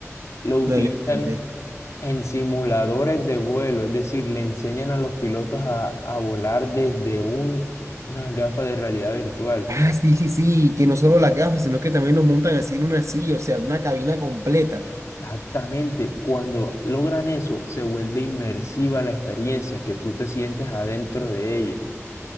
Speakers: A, on the left (about 65°); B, on the right (about 70°).
A: Lo utilizan
B: me lo imaginé.
A: en simuladores de vuelo, es decir, le enseñan a los pilotos a, a volar desde un, unas gafas de realidad virtual
B: ah, sí, sí, sí, que no solo las gafas, sino que también nos montan así en una silla, o sea, una cabina completa.
A: Exactamente, cuando logran eso, se vuelve inmersiva la experiencia, que tú te sientes adentro de ella.